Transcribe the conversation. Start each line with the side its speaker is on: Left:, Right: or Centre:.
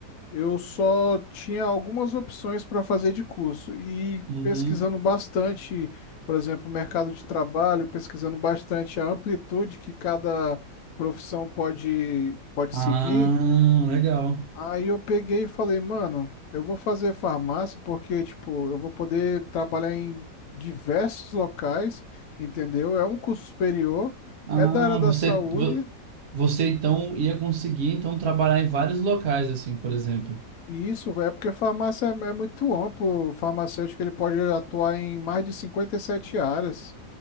Left: eu só tinha algumas opções para fazer de curso. E
Right: Uhum.
Left: pesquisando bastante, por exemplo, o mercado de trabalho, pesquisando bastante a amplitude que cada profissão pode, pode
Right: Ah,
Left: seguir.
Right: legal.
Left: Aí eu peguei e falei, mano, eu vou fazer farmácia porque, tipo, eu vou poder trabalhar em diversos locais, entendeu? É um curso superior,
Right: Ah,
Left: é da área da
Right: você,
Left: saúde,
Right: vo- você então ia conseguir então trabalhar em vários locais assim, por exemplo.
Left: e isso, velho, é porque farmácia é, é muito amplo. O farmacêutico, ele pode atuar em mais de 57 áreas.